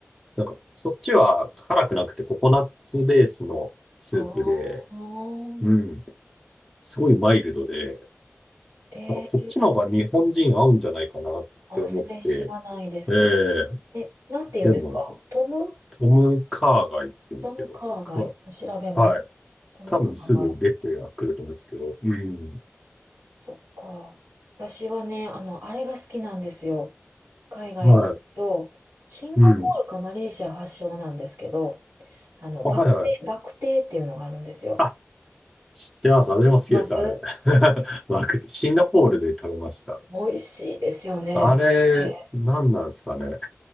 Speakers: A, in the centre; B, on the right.
A: なんか、そっちは辛くなくてココナッツベースのスープで、
B: ああ、
A: うん。すごいマイルドで、
B: えー、
A: なんかこっちの方が日本人合うんじゃないかなって思って、
B: あ、それ知らないです。
A: ええ
B: え、なんて言うんですかトム、
A: でも、トム・カーが言ってるんですけど、
B: トムカーバイ。
A: カー、
B: 調べます。
A: はい。
B: トムカーバイ。
A: 多分すぐ出てはくると思うんですけど、うん。
B: そっか。私はね、あの、あれが好きなんですよ。海外で言うと、
A: はい。
B: シンガポールかマレーシア発祥なんですけど、
A: うん。
B: あの、
A: あ、
B: バクテ、
A: はいはい。
B: バクテーっていうのがあるんですよ。
A: あ、知ってます。私も好きです、
B: まあ、それ、
A: あれ。<laughs> わくシンガポールで食べました。
B: 美味しいですよね、
A: あれ、
B: バクテ
A: 何なんですかね。